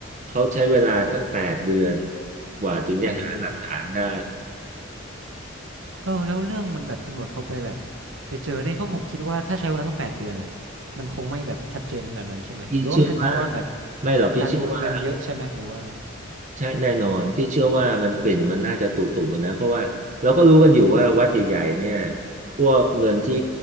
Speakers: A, on the right (about 35°); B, on the right (about 70°).
A: เขาใช้เวลาตั้งแปดเดือนกว่าถึงจะหาหลักฐานได้
B: โอ้โหเออแล้วเรื่องมันแบบตำรวจเขาไปแบบไปเจอได้เพราะผมคิดว่าถ้าใช้เวลาตั้งแปดเดือนอ่ะมันคงไม่แบบชัดเจนขนาดนั้นใช่ไหมหรือว่ามันเป็นเพราะว่าแบบ
A: พี่เชื่อว่าไม่หรอกพี่เชื่อว่า
B: การโอนเงินเยอะใช่ไหมหรือว่า
A: ใช่แน่นอนพี่เชื่อว่ามันกลิ่นมันน่าจะตุ่ๆนะเพราะว่าเราก็รู้กันอยู่ว่าวัดใหญ่ๆเนี่ยพวกเงินที่